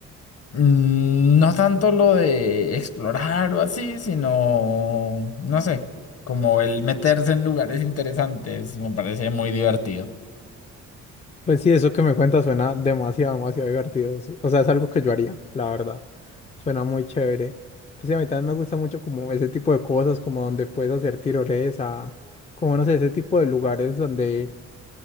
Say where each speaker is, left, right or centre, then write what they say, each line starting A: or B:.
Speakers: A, on the left; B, on the left.
A: mm, no tanto lo de explorar o así, sino, no sé, como el meterse en lugares interesantes, me parece muy divertido.
B: Pues sí, eso que me cuentas suena demasiado, demasiado divertido. S- O sea, es algo que yo haría, la verdad. Suena muy chévere. Pues sí, a mí también me gusta mucho como ese tipo de cosas, como donde puedes hacer tirolesa, como no sé, ese tipo de lugares donde